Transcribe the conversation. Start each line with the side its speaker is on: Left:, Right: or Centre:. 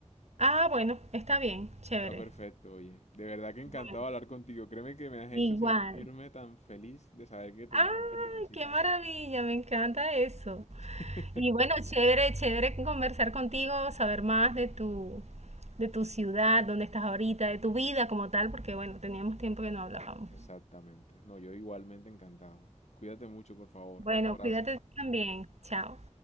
Right: Ah, bueno, está bien, chévere.
Left: Está perfecto, oye. De verdad que encantado
Right: Bueno,
Left: hablar contigo. Créeme que me has hecho
Right: igual.
Left: sentirme tan feliz de saber que te
Right: Ay,
Left: encanta mi música.
Right: qué maravilla, me encanta eso.
Left: <laughs>
Right: Y bueno, chévere, chévere conversar contigo, saber más de tu, de tu ciudad, dónde estás ahorita, de tu vida como tal, porque bueno, teníamos tiempo que no hablábamos.
Left: Exactamente. No, yo igualmente encantado. Cuídate mucho, por favor.
Right: Bueno,
Left: Abrazos.
Right: cuídate tú también. Chao.